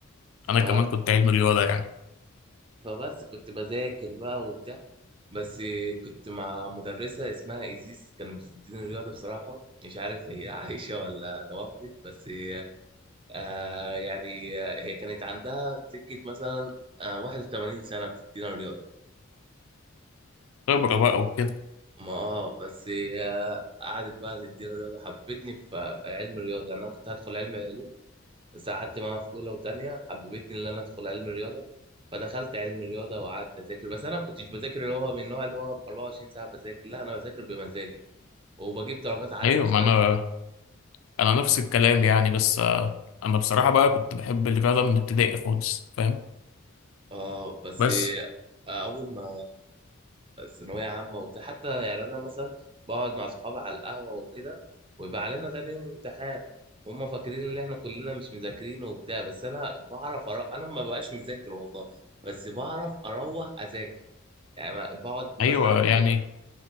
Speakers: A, on the right; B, on the left.
A: ف...
B: انا كمان كنت علمي رياضة يعني
A: فبس كنت بذاكر بقى وبتاع بس كنت مع مدرسة اسمها إيزيس كانت بتديني رياضة بصراحة مش عارف هي عايشة ولا توفت بس آه يعني آه، هي كانت عندها سكة مثلا آه 81 سنة بتدينا رياضة
B: خبرة بقى وكده
A: ما اه بس آه قعدت بقى تدينا رياضة حبتني في, في علم الرياضة يعني أنا كنت هدخل علم علوم بس قعدت معاها في أولى وتانية حببتني إن أنا أدخل علم الرياضة فدخلت علم الرياضة وقعدت أذاكر بس أنا ما كنتش بذاكر اللي هو من النوع اللي هو 24 ساعة بذاكر لا أنا بذاكر بمزاجي وبجيب درجات عالية
B: ايوه
A: المشكلة
B: ما انا انا نفس الكلام يعني بس آه، انا بصراحة بقى كنت بحب الرياضة من ابتدائي خالص فاهم
A: اه بس
B: بس
A: آه، اول ما ثانويه عامه وبتاع حتى يعني انا مثلا بقعد مع صحابي على القهوه وكده ويبقى علينا تاني يوم امتحان هما فاكرين ان احنا كلنا مش مذاكرين وبتاع بس انا بعرف أرو... انا ما بقاش مذاكر والله بس بعرف اروح اذاكر يعني ما- بقعد مثلا
B: ايوه
A: ممكن
B: يعني